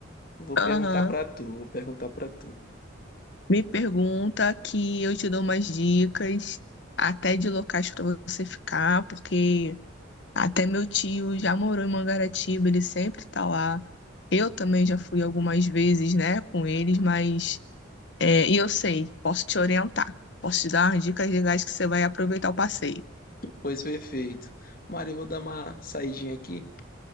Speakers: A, on the left; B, on the left.
A: vou
B: Aham.
A: perguntar pra tu, vou perguntar pra tu.
B: Me pergunta que eu te dou umas dicas, até de locais para você ficar, porque até meu tio já morou em Mangaratiba, ele sempre tá lá. Eu também já fui algumas vezes, né, com eles, mas é, e eu sei, posso te orientar, posso te dar umas dicas legais que você vai aproveitar o passeio.
A: Pois perfeito. Mari, eu vou dar uma saidinha aqui